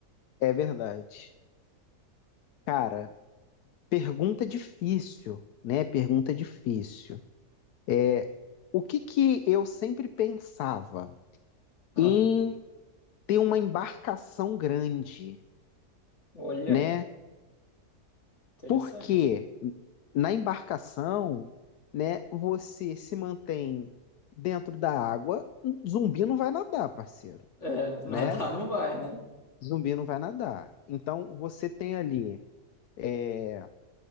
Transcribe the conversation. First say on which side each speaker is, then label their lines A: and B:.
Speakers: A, on the left; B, on the left.
A: é verdade. Cara, pergunta difícil, né? Pergunta difícil. É, o que que eu sempre pensava
B: Ah,
A: em ter uma embarcação grande,
B: olha,
A: né?
B: interessante.
A: Porque na embarcação, né, você se mantém dentro da água, um zumbi não vai nadar, parceiro,
B: É, <laughs> nadar
A: né?
B: não vai, né?
A: Zumbi não vai nadar. Então você tem ali é,